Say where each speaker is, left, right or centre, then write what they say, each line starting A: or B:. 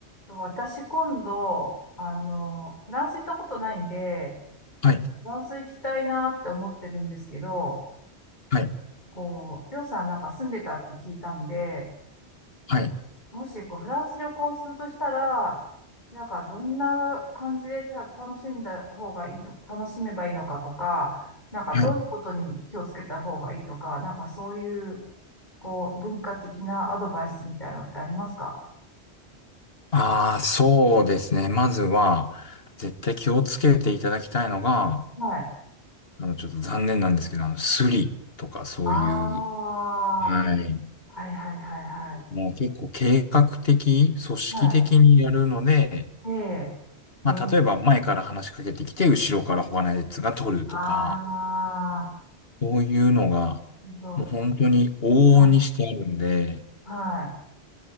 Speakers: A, on the left; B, on the left.
A: 私今度、あの、フランス行ったことないんで、
B: はい、
A: フランス行きたいなって思ってるんですけど、
B: はい、
A: こう、りょうさんなんか住んでたって聞いたんで、
B: はい、
A: なもしこうフランス旅行するとしたら、なんかどんな感じでた楽しんだ方がいいの、楽しめばいいのかとか、なんかどういうことに気をつけた方がいいとか、
B: はい。
A: なんかそういう、こう、文化的なアドバイスみたいなのってありますか
B: ああ、そうですね。まずは、絶対気をつけていただきたいのが、
A: はい。
B: あの、ちょっと残念なんですけど、あの、スリとかそういう、
A: ああ、
B: はい。
A: はいはいはいはい。
B: もう結構計画的、組織的にやるので、
A: はい。ええ。ええ。
B: まあ、例えば前から話しかけてきて、後ろから他のやつが取るとか、
A: ああ。
B: そういうのが、
A: えんと。
B: もう本当に往々にしてあるんで、
A: はい。はい。